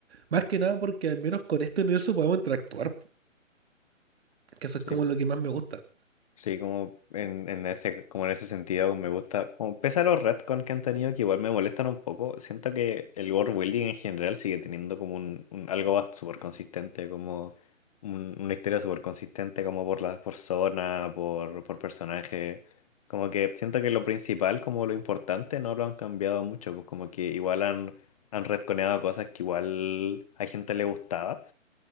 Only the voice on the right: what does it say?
más que nada porque al menos con este universo podemos interactuar, que eso
es como lo que más me gusta.